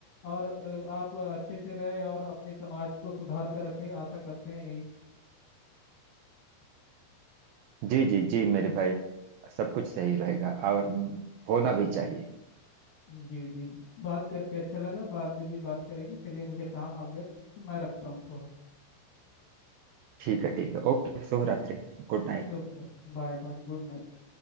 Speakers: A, on the left; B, on the right.
A: और अ, आप अच्छे से रहे और अपने समाज को सुधार कर रखें आशा करते हैं यही
B: जी जी जी मेरे भाई सब कुछ सही रहेगा और होना भी चाहिए
A: जी जी बात करके अच्छा लगा बाद में भी बात करेंगे चलिए मुझे काम आ गया तो मैं रखता हूँ थोड़ा
B: ठीक है ठीक है ओके शुभ रात्रि Good night
A: शुभ बाय बाय गुड नाइट